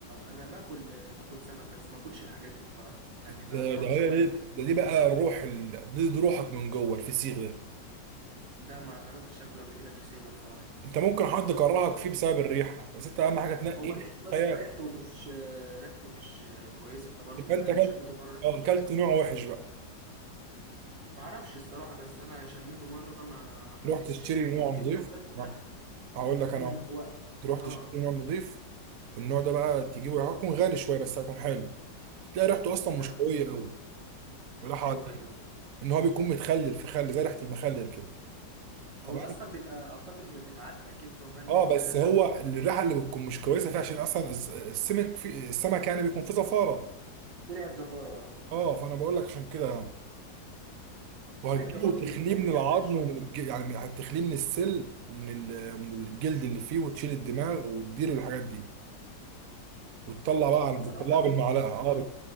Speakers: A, on the right; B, on the right.
A: انا باكل باكل سمك بس ما اكلش الحاجات دي بصراحه يعني
B: ده
A: ما جربتش
B: ده هي
A: اكلها
B: دي
A: قبل كده
B: ده دي بقى الروح ال- دي, دي روحك من جوه الفسيخ ده
A: لا ما جربتش اكله قبل كده الفسيخ ده بصراحه
B: انت ممكن حد كرهك فيه بسبب الريحة بس انت اهم حاجة تنقي
A: هو ريحته
B: فسيخ.
A: بس ريحته مش ريحته مش كويسه برضو
B: يبقى
A: يعني
B: انت
A: انا
B: اكلت
A: شميته مره ريحته
B: اه
A: مش
B: اكلت
A: كويسه
B: نوع وحش بقى
A: ما اعرفش الصراحه بس انا شميته مره ما حبيتوش
B: تروح تشتري
A: يعني ممكن
B: نوع نضيف
A: لو كلته
B: لا
A: تاني حب...
B: هقول لك انا
A: امم هو
B: تروح تشتري
A: اه
B: نوع نضيف والنوع ده بقى تجيبه هيكون غالي شوية بس هيكون حلو هتلاقي ريحته اصلا
A: ما
B: مش قوية قوي ولا حاجة
A: ايوه ايوه
B: ان هو بيكون متخلل في خل زي ريحه المخلل كده تمام
A: هو اصلا بيبقى اعتقد بيبقى متعتق كده ومرمي
B: اه
A: في
B: بس هو الريحه اللي بتكون مش كويسه فيها عشان اصلا الز- السمك في السمك يعني بيكون فيه زفاره
A: في ريحه زفاره آه.
B: اه فانا بقول لك عشان كده يعني وهتجيبه
A: رنجه برضو
B: وتخليه
A: اللي ممكن
B: من
A: اكلتها
B: العظم
A: شويه
B: ومن الج...
A: أنا
B: يعني هتخليه من السل ومن ال... ومن الجلد اللي فيه وتشيل الدماغ وتديله الحاجات دي وتطلع بقى عن
A: بصراحه
B: بتطلعه بالمعلقه
A: جربت
B: اه بت-